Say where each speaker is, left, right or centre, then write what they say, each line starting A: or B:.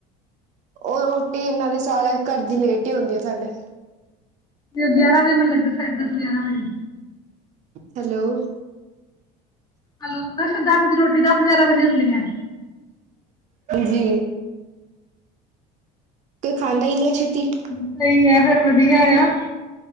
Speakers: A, on the right; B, on the left.
A: ਉਹ ਰੋਟੀ ਇਹਨਾਂ ਦੀ ਸਾਰਿਆਂ ਘਰ ਦੀ ਲੇਟ ਹੀ ਹੁੰਦੀ ਆ ਸਾਡੇ।
B: ਤੇ ਉਹ ਗਿਆਰਾਂ ਵਜੇ ਮੈਨੂੰ ਲੱਗਦਾ ਸਾਢੇ ਦਸ ਗਿਆਰਾਂ ਵਜੇ।
A: ਹੈਲੋ
B: ਹੈਲੋ <inaudible> ਰੋਟੀ ਦੱਸ ਪੰਜ ਗਿਆਰਾਂ ਵਜੇ ਹੁੰਦੀ ਐ।
A: ਜੀ ਖਾਂਦਾ ਈ ਨ੍ਹੀਂ ਏ ਛੇਤੀ
B: ਸਹੀ ਐ ਫਿਰ ਵਧੀਆ ਆ।